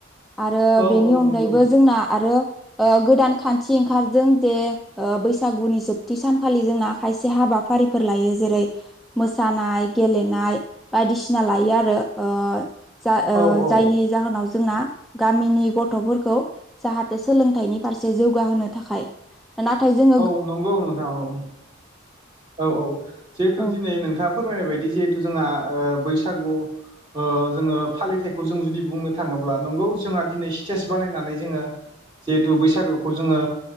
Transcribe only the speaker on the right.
औ
नंगौ
औ औ
औ नंगौ नोंथां औ औ औ जिहेथु
दिनै नोंथाङा फोरमायनाय बायदि जिहेथु जोंहा ओ बैसागु ओ जोङो फालिथायाइखौ जों जुदि बुंनो थाङोब्ला नंगौ जोंहा दिनै स्टेज बानायनानै जोङो जिहेथु बैसागुखौ जोङो